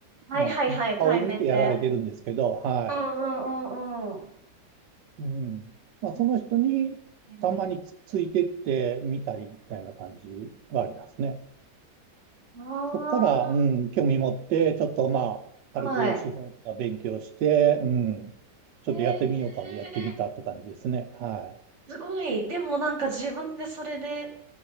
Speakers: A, on the right; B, on the right.
A: はいはいはい、
B: まあ、顔を見てやられてるんですけど、
A: 対面で。
B: はい。
A: うんうんうんうん。
B: うん。まあ、その人に、
A: 対面で。
B: たまにつ、ついてってみたりみたいな感じはありますね。
A: わあ、
B: そこから、
A: なる
B: うん、興味持って、ちょっとまあ、軽く手法とか勉強して、
A: ほど。はい。
B: うん、ちょっとやってみようかでやってみたって感じですね。
A: ええ
B: はい。
A: すごい。でもなんか自分でそれで、